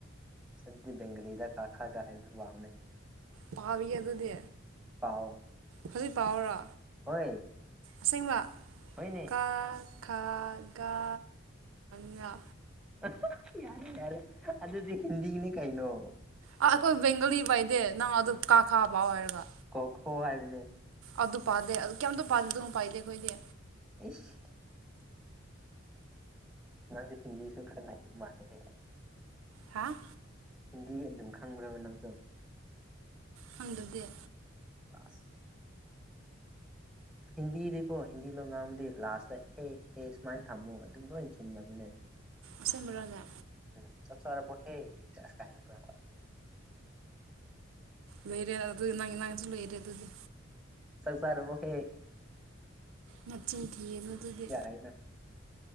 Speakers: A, in the centre; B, on the right (about 80°).
A: ꯁ ꯦꯡꯒꯂꯤꯗ ꯀꯥ ꯈꯥ ꯀꯥ ꯍꯦ ꯕꯥꯅꯦ
B: ꯄꯥꯕꯤꯌꯦ ꯑꯗꯨꯗꯤ
A: ꯄꯥꯎ
B: ꯍꯧꯖꯤꯛ ꯄꯥꯎꯔꯥ
A: ꯍꯣꯏ
B: ꯑꯁꯦꯡꯕ
A: ꯍꯅꯦ
B: ꯀꯥ ꯀꯥꯒ ꯉꯥ
A: ꯑꯍꯥ‌ ꯌꯥꯔꯦ ꯌꯥꯔꯦ ꯑꯗꯨꯗꯤ ꯍꯤꯟꯗꯤꯒꯤꯅꯤ ꯀꯩꯅꯣ
B: ꯑ ꯑꯩꯈꯣꯏ ꯕꯦꯡꯒꯂꯤ ꯄꯥꯏꯗꯦ ꯅꯪ ꯑꯗꯨꯝ ꯀꯥꯈꯥ ꯄꯥꯎ ꯍꯥꯏꯔꯒ
A: ꯀꯈꯣ ꯍꯥꯏꯥꯏꯕꯅꯦ
B: ꯑꯗꯨ ꯄꯥꯗꯦ ꯑꯗꯨ ꯀꯩꯝꯇ ꯄꯥꯗꯦ ꯑꯗꯨ ꯄꯥꯏꯗꯦ ꯈꯣꯏꯗꯦ
A: ꯏꯐ ꯅꯪꯗꯤ ꯊꯤꯟꯕꯤꯁꯨ ꯈꯔ ꯍꯩꯕ ꯃꯥꯜꯂꯦꯍꯦ
B: ꯍꯥꯥ
A: ꯍꯤꯟꯗꯤ ꯑꯗꯨꯝ ꯈꯪꯕ꯭ꯔꯕ ꯅꯪꯁꯨ
B: ꯐꯪꯗꯗꯤꯦ
A: ꯇ ꯍꯤꯟꯗꯤꯗꯤꯀꯣ ꯍꯤꯟꯗꯤ ꯂꯣ ꯉꯥꯡꯕꯗꯤ ꯂꯥꯁꯇ ꯍꯦ ꯑꯦ ꯁꯨꯃꯥꯏꯅ ꯊꯝꯃꯣ ꯑꯗꯨꯝ ꯂꯣꯏ ꯆꯨꯝꯃꯕꯅꯦ
B: ꯑꯁꯦꯡꯕꯔꯅꯦ
A: ꯎꯝ ꯆꯞꯁꯔ ꯄ ꯍꯦ ꯆ ꯀꯥꯏꯅ ꯀꯣ
B: ꯂꯩꯔꯦ ꯑꯗꯨ ꯅꯪꯒꯤ ꯅꯪꯁꯨ ꯂꯩꯔꯦ ꯑꯗꯨꯗꯤ
A: ꯁꯪꯁꯔꯕꯨꯣ ꯍꯦ
B: ꯃꯆꯤꯟ ꯊꯤꯑ ꯃꯗꯨꯗꯤ
A: ꯌꯥꯏꯅ